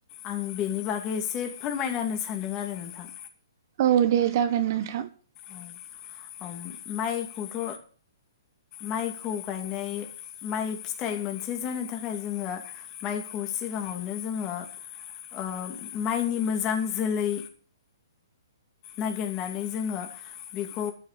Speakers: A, on the left; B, on the right.
A: आं बेनि बागै एसे फोरमायना होनो सानदों आरो नोंथां।
B: औ दे जागोन नोंथां।
A: औ अम माइखौथ' माइखौ गायनाय माइ फिथाइ मोनसे जानो थाखाय जोङो माइखौ सिगाङावनो जोङो ओ माइनि मोजां जोलै नागेरनानै जोङो बिखौ